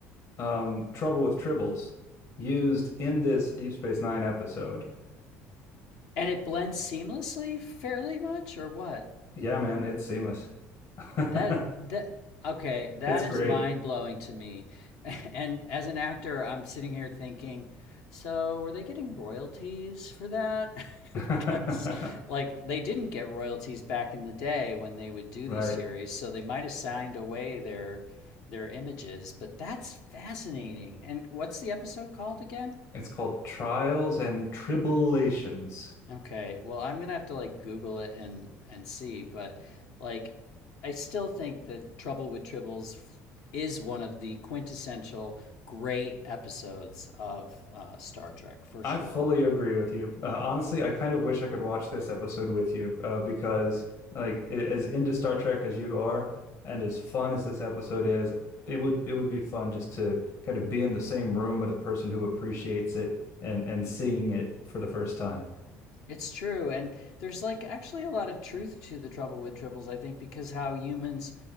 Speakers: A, on the left; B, on the left.
A: um, Trouble with Tribbles used in this Deep Space Nine episode.
B: and it blends seamlessly, fairly much, or what?
A: Yeah, man, it's seamless. <laughs>
B: That that okay, that
A: It's great.
B: is mind blowing to me. <laughs> And as an actor, I'm sitting here thinking, so were they getting royalties for that? <laughs>
A: <laughs>
B: Because like they didn't get royalties back in the day when they would do these
A: Right.
B: series, so they might have signed away their their images, but that's fascinating. And what's the episode called again?
A: It's called Trials and Tribulations.
B: Okay. Well, I'm gonna have to like Google it and and see, but like I still think that Trouble with Tribbles is one of the quintessential great episodes of uh, Star Trek for sure.
A: I fully agree with you. Uh, honestly, I kind of wish I could watch this episode with you uh, because, like, i- as into Star Trek as you are, and as fun as this episode is, it would it would be fun just to kind of be in the same room with a person who appreciates it and and seeing it for the first time.
B: It's true, and there's like actually a lot of truth to the Trouble with Tribbles, I think, because how humans